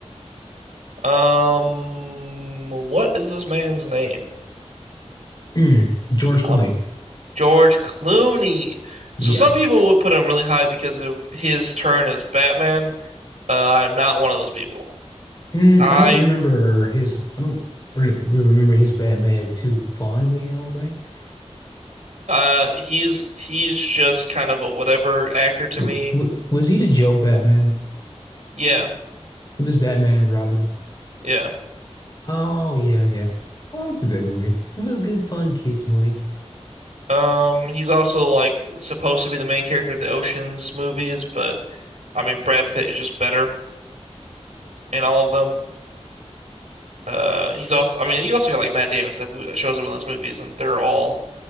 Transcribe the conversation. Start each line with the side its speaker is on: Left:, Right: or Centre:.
Right: Um, what is this man's name?
Left: Mm, George Clooney.
Right: I'm George Clooney. So
Left: Yeah.
Right: some people would put him really high because of his turn as Batman. Uh, I am not one of those people.
Left: Mm,
Right: I
Left: I don't remember his. I don't re remember his Batman too fondly. I don't think.
Right: uh he's he's just kind of a whatever actor to
Left: W
Right: me.
Left: w was he the joke Batman?
Right: Yeah,
Left: He was Batman and Robin.
Right: yeah.
Left: Oh yeah, yeah. I liked that movie. It was a good, fun kids movie.
Right: Um, he's also like supposed to be the main character of the Ocean's movies, but I mean Brad Pitt is just better in all of them. Uh, he's also I mean you also got like Matt Damon stuff who shows up in those movies, and they're all